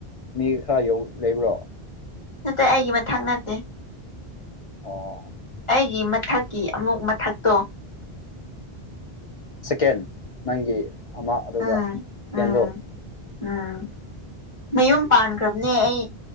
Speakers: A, on the left (about 55°); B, on the left (about 30°).
A: ꯃꯤ ꯈꯔ ꯌꯧ ꯂꯩꯕ꯭ꯔꯣ
B: ꯅꯠꯇꯦ ꯑꯩꯒꯤ ꯃꯊꯛ ꯅꯠꯇꯦ
A: ꯑꯣ
B: ꯑꯩꯒꯤ ꯃꯊꯛꯀꯤ ꯑꯃꯨꯛ ꯃꯊꯛꯇꯣ
A: ꯁꯤꯀꯦꯟ ꯅꯪꯒꯤ ꯑꯃ ꯑꯗꯨꯒ
B: ꯎꯝ
A: ꯁꯦꯀꯦꯟꯗꯣ
B: ꯎꯝ ꯎꯝ ꯃꯌꯨꯝ ꯄꯥꯟꯈ꯭ꯔꯕꯅꯦ ꯑꯩ